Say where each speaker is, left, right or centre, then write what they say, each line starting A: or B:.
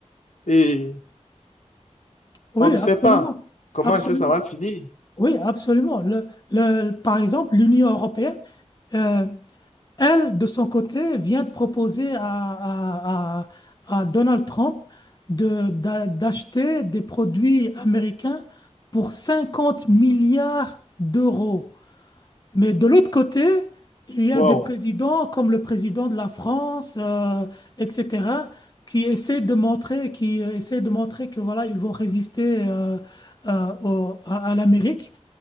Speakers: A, on the left; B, on the left.
A: et
B: oui,
A: on ne sait
B: absolument.
A: pas comment
B: Absolument.
A: est-ce que ça va finir.
B: Oui, absolument. Le, le- par exemple, l'Union européenne, euh, elle, de son côté, vient de proposer à, à- à- à Donald Trump de, d'a- d'acheter des produits américains pour 50 milliards d'euros. Mais de l'autre côté, il y a
A: Wow.
B: des présidents comme le président de la France, euh, etc., qui essaient de montrer, qui euh, essaient de montrer que voilà, ils vont résister euh, euh, au- à, à l'Amérique.